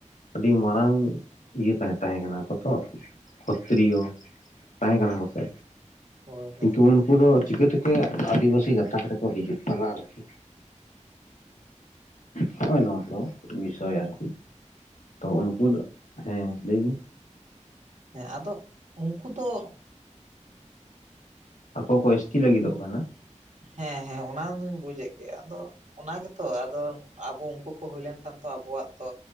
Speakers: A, on the left (about 75°); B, on the right (about 70°).
A: ᱟᱹᱰᱤ ᱢᱟᱨᱟᱝ ᱤᱭᱟᱹ ᱠᱟ ᱛᱟᱦᱮᱸ ᱠᱟᱱᱟ ᱠᱚᱛᱚ, ᱠᱷᱚᱛᱨᱤᱭᱚ ᱛᱟᱦᱮᱸ ᱠᱟᱱᱟ ᱠᱚᱥᱮ
B: ᱦᱳᱭ ᱦᱳᱭ
A: ᱠᱤᱱᱛᱩ ᱩᱱᱠᱩ ᱫᱚ ᱪᱤᱠᱟᱹᱛᱮᱜᱮ ᱟᱹᱫᱤᱵᱟᱟᱹᱥᱤ ᱜᱟᱛᱟᱠ ᱨᱮᱠᱚ ᱦᱤᱡᱩᱜ ᱠᱟᱱᱟ ᱟᱨᱠᱤ᱾ ᱦᱚᱸ-ᱚ ᱱᱚᱣᱟ ᱠᱚ ᱯᱩᱭᱥᱟᱭᱟ ᱟᱨᱠᱤ ᱛᱚ ᱩᱱᱠᱩ ᱫᱚ, ᱦᱮᱸ ᱞᱟᱹᱭ ᱵᱤᱱ?
B: ᱦᱮᱸ ᱟᱫᱚ ᱩᱱᱠᱩ ᱫᱚ
A: ᱟᱠᱚ ᱠᱚ ᱮᱥᱴᱤ ᱞᱟᱹᱜᱤᱫᱚᱜ ᱠᱟᱱᱟ᱾
B: ᱦᱮᱸ ᱦᱮᱸ ᱚᱱᱟ ᱫᱩᱧ ᱵᱩᱡᱮᱫ ᱜᱮᱭᱟ, ᱟᱫᱚ ᱚᱱᱟ ᱜᱮᱛᱚ ᱟᱫᱚ ᱟᱵᱚ ᱩᱱᱠᱩ ᱠᱚ ᱦᱩᱭ ᱞᱮᱱᱠᱷᱟᱱ ᱛᱚ ᱟᱵᱚᱣᱟᱜ ᱛᱚ